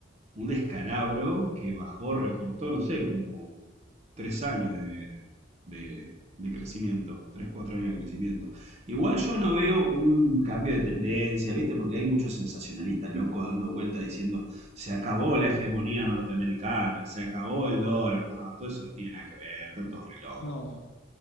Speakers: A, on the right (about 35°); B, on the left (about 80°).
A: un descalabro que bajó, recortó, no sé, como tres años de, de- de crecimiento, tres, cuatro años de crecimiento.
B: Uf,
A: Igual yo no veo un cambio de tendencia, ¿viste? Porque hay muchos sensacionalistas locos dando vueltas diciendo, se acabó la hegemonía norteamericana, se acabó el
B: no,
A: dólar, no, todo eso no tiene nada que ver, tantos re locos.
B: No,